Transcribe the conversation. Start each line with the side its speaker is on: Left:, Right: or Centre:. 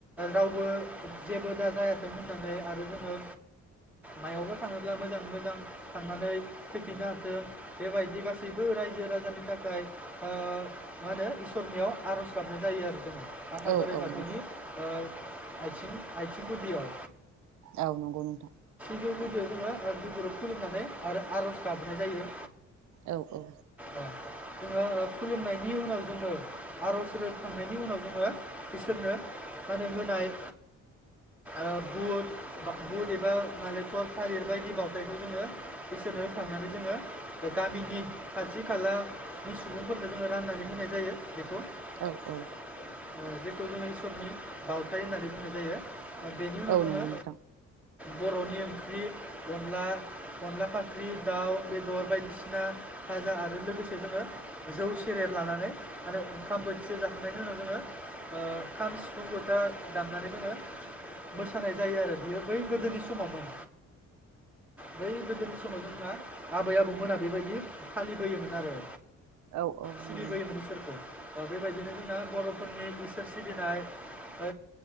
Centre: रावबो जेबो दा जायाथों होननानै आरो जोङो मायावबा थाङोब्ला मोजाङै मोजां थांनानै फैफिननो हाथों बेबायदि गासैबो रायजो राजानि थाखाय ओ मा होनो इसरनियाव आर'ज गाबनाय जायो आरो। आफा
Right: औ
Centre: बोराइ
Right: औ
Centre: बाथौनि
Right: नंगौ
Centre: ओ आइथिं आइथिं गुदिआव
Right: औ नंगौ नोंथां।
Centre: सिजौ गुदियाव जोङो ओ गुगुरुब खुलुमनानै आरो आर'ज गाबनाय जायो।
Right: औ औ
Centre: ओ जोङो ओ खुलुमनायनि उनाव जोङो आर'ज रोबखांनायनि उनाव जोङो इसोरनो मा होनो होनाय ओ बुट बा बुट एबा नालेखर थालिर बायदि बाउथायखौ जोङो इसोरनो होखांनानै जोङो गामिनि खाथि खालानि सु सुबुंफोरनो जोङो राननानै होनाय जायो बेखौ ओ
Right: औ औ
Centre: जेखौ जोङो इसरनि बाउथाइ होननानै बुंनाय जायो। ओ बेनि उनाव
Right: औ
Centre: जोङो
Right: नंगौ नोंथां
Centre: बर'नि ओं ख्रि अनला अनला फाख्रि दाउ बेदर बायदिसिना भाजा आरो लोगोसे जोङो जौ सेरेब लानानै माने ओंखाम बोथिसे जाखांनायनि उनाव जोङो ओ खाम, सिफुं, ज'था दामनानै जोङो मोसानाय जायो आरो बियो बै गोदोनि समावमोन। बै गोदोनि समाव जोंहा आबै आबौमोना बेबायदि फालिबोयोमोन आरो।
Right: औ औ नंगौ
Centre: सिबिबोयोमोन
Right: नोंथां।
Centre: इसोरखौ ओ बेबायदिनो जोंना बर'फोरनि इसोर सिबिनाय ओ